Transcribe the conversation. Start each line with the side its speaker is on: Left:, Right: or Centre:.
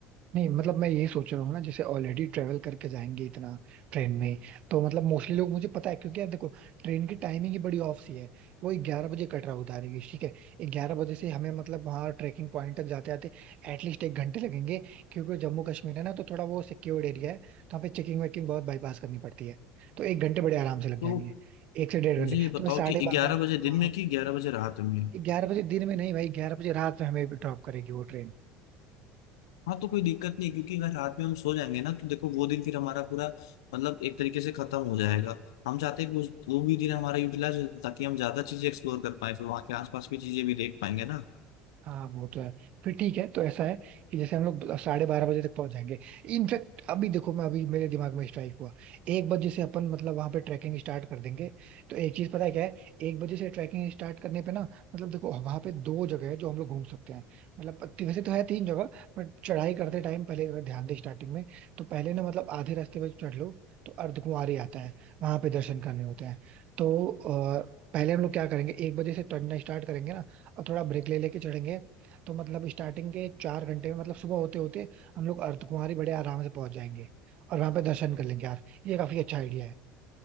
Right: नहीं मतलब मैं यही सोच रहा हूँ ना जैसे ऑलरेडी ट्रेवल करके जाएंगे इतना ट्रेन में तो मतलब मोस्टली लोग मुझे पता है क्योंकि यार देखो ट्रेन की टाइमिंग ही बड़ी ऑफ सी है वो ग्यारह बजे कटरा उतारेगी ठीक है ग्यारह बजे से हमें मतलब वहाँ ट्रेकिंग पॉइंट तक जाते आते एटलीस्ट एक घंटे लगेंगे क्योंकि जम्मू कश्मीर है ना तो थोड़ा वो सिक्योर्ड एरिया है तो वहाँ पे चेकिंग वेकिंग बहुत बाईपास करनी पड़ती है तो एक घंटे बड़े आराम से लग
Left: तो
Right: जाएंगे एक से डेढ़
Left: मुझे
Right: घंटे
Left: ये बताओ
Right: तो मैं साढ़े
Left: कि
Right: बारह
Left: ग्यारह बजे दिन
Right: हाँ
Left: में कि ग्यारह बजे रात में
Right: ग्यारह बजे दिन में नहीं भाई ग्यारह बजे रात में हमें ड्रॉप करेगी वो ट्रेन
Left: हाँ तो कोई दिक्कत नहीं क्योंकि अगर रात में हम सो जाएंगे ना तो देखो वो दिन फिर हमारा पूरा मतलब एक तरीके से खत्म हो जाएगा हम चाहते हैं कि उस वो भी दिन हमारा यूटिलाइज हो ताकि हम ज्यादा चीजें एक्सप्लोर कर पाए फिर वहाँ के आसपास की चीजें भी देख पाएंगे ना
Right: हाँ वो तो है फिर ठीक है तो ऐसा है कि जैसे हम लोग साढ़े बारह बजे तक पहुंच जाएंगे इनफैक्ट अभी देखो मैं अभी मेरे दिमाग में स्ट्राइक हुआ एक बजे से अपन मतलब वहां पे ट्रैकिंग स्टार्ट कर देंगे तो एक चीज पता है क्या है एक बजे से ट्रैकिंग स्टार्ट करने पे ना मतलब देखो वहां पे दो जगह है जो हम लोग घूम सकते हैं मतलब ती- वैसे तो है तीन जगह बट चढ़ाई करते टाइम पहले अगर ध्यान दे स्टार्टिंग में तो पहले ना मतलब आधे रास्ते पे चढ़ लो तो अर्धकुंवारी आता है वहां पे दर्शन करने होते हैं तो अ, पहले हम लोग क्या करेंगे एक बजे से चढ़ना स्टार्ट करेंगे ना और थोड़ा ब्रेक ले लेके चढ़ेंगे तो मतलब स्टार्टिंग के चार घंटे में मतलब सुबह होते होते हम लोग अर्धकुंवारी बड़े आराम से पहुंच जाएंगे और वहां पे दर्शन कर लेंगे यार ये काफी अच्छा आइडिया है